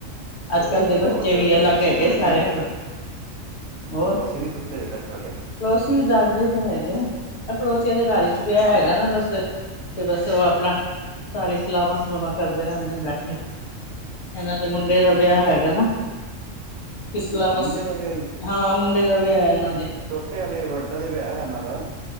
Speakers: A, on the left (about 60°); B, on the right (about 85°).
A: ਅੱਜ-ਕੱਲ੍ਹ ਦੇ ਬੱਚੇ
B: ਹੋਰ ਤੁਹਾਡੇ
A: ਵੀ ਅਲੱਗ
B: ਪੜੋਸੀ
A: ਹੈਗੇ
B: ਸੋਏ
A: ਸਾਰਿਆਂ
B: ਨੀ ਅਜੇ
A: ਤੋਂ
B: ਤੱਕ
A: ਹੋਰ
B: ਪੜੋਸੀ ਨੀਂ ਸੁੱਤੇ ਅਜੇ ਤੱਕ ਤੁਹਾਡੇ।
A: ਪੜੋਸੀ ਵੀ ਜਾਗਦੇ ਪਏ ਹੈਗੇ ਆ, ਇਹ ਪੜੋਸੀਆਂ ਦੇ ਘਰ ਚ ਵਿ
B: ਅੱਛਾ
A: ਹੈਗਾ
B: ਜੀ
A: ਨਾ ਬੱਸ ਤੇ ਬੱਸ ਉਹ ਆਪਣਾ, ' <inaudible> ' ਸਾਰੀ ਸਲਾਵਾਂ-ਸਲੂਵਾਂ ਕਰਦੇ ਰਹਿੰਦੇ ਨੇ ਬੈਠੇ ਇਹਨਾਂ ਦੇ ਮੁੰਡੇ
B: ਅੱਛਾ
A: ਦਾ ਵਿਆਹ
B: ਅੱਛਾ
A: ਹੈਗਾ ਨਾ। ਇਸਲਾ
B: ਮੁੰਡੇ
A: ਮਸ
B: ਦਾ ਵਿਆਹ ਹੀ
A: ਹਾਂ ਮੁੰਡੇ ਦਾ ਵਿਆਹ ਆ ਇਹਨਾਂ ਦੇ।
B: ਤੇ ਨਾਲੇ ਵੱਡਾ ਤੇ ਵਿਆਹਾ‌ ਆ ਇਹਨਾਂ ਦਾ